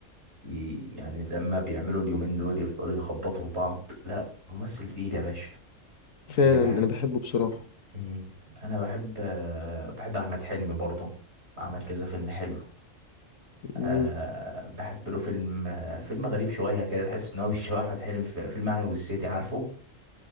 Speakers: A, on the right (about 55°); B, on the left (about 90°).
A: ي... يعني زي ما بيعملوا اليومين دول يفضلوا يخبطوا في بعض لا ممثل تقيل يا باشا
B: فعلا
A: اللي بحب
B: أنا بحبه بصراحة
A: مم. انا بحب آه، بحب احمد حلمي برضه عمل كذا فيلم حلو أه
B: مم.
A: بحب له فيلم آه، فيلم غريب شويه كده تحس ان هو مش شبه احمد حلمي في فيلم عن والسيتي عارفه